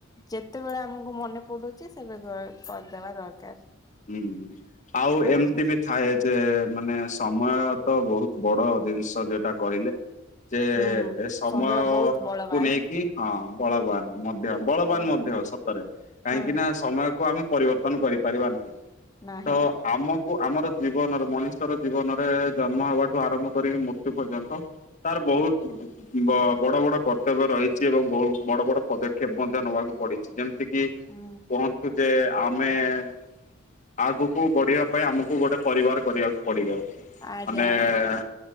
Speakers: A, on the left (about 20°); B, on the left (about 40°).
A: ଯେତେବେଳେ ଆମକୁ ମନେ ପଡୁଛି ସେବେ କରିଦବା ଦରକାର।
B: ହୁଁ ଆଉ
A: ଆଚ୍ଛା
B: ଏମିତି ବି ଥାଏ। ଯେ ମାନେ ସମୟ ତ ବହୁତ ବଡ଼ ଜିନିଷ। ଯୋଉଟା କହିଲେ ଯେ ଏ
A: ହୁଁ
B: ସମୟ
A: ବହୁତ ବଳବାନ
B: କୁ ନେଇକି ହଁ ବଳବ ବାନ। ମଧ୍ୟ ବଳବାନ
A: ହୁଁ
B: ମଧ୍ୟ ସତରେ କାହିଁକି
A: ହଁ
B: ନା ସମୟକୁ ଆମେ ପରିବର୍ତ୍ତନ କରିପାରିବା ନାହିଁ। ତ
A: ନାହିଁ
B: ଆମକୁ। ଆମର ଜୀବନରେ ମଣିଷର ଜୀବନରେ ଜନ୍ମ ହବାଠୁ ଆରମ୍ଭ କରିକି ମୃ ମୃତୁ ପର୍ଯ୍ୟନ୍ତ ତାର ବହୁତ। ବ ବଡ଼ ବଡ଼ କର୍ତ୍ତବ୍ୟ ରହିଛି ଏବଂ ବହୁତ ବଡ଼ ବଡ଼ ପଦକ୍ଷେପ ମଧ୍ୟ ନେବାକୁ ପଡିଛି ଯେମିତି କି। କି
A: ହଁ
B: କହନ୍ତୁ ଯେ ଆମେଏଁ। ଆଗକୁ ବଢିବା ପାଇଁ ଆମକୁ ଗୋଟେ ପରିବାର କରିବାକୁ ପଡିବ ଆଉ
A: ଆଜ୍ଞା
B: ମାନେଏଁ
A: ଆଜ୍ଞା